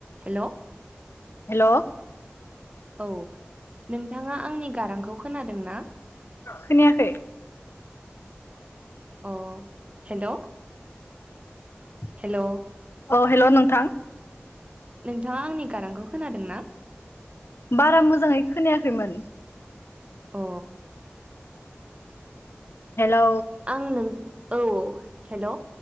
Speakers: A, on the right (about 30°); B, on the left (about 75°).
A: हेल'
B: hello
A: औ नोंथाङा आंनि गारांखौ खोनादों ना?
B: खोनायाखै
A: अ हेल'
B: र
A: हेल'
B: अ हेल' नोंथां
A: नोंथाङा आंनि गारांखौ खोनादों ना?
B: बारा मोजाङै खोनायाखैमोन
A: अ
B: हेलौ
A: आं नों औ हेल'